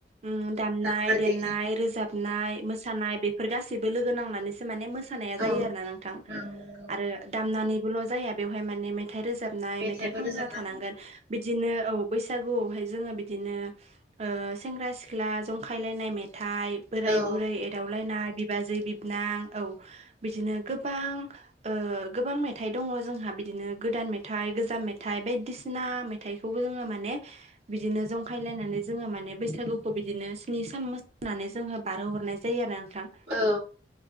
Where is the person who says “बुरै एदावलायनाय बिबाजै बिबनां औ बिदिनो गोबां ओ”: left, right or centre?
Right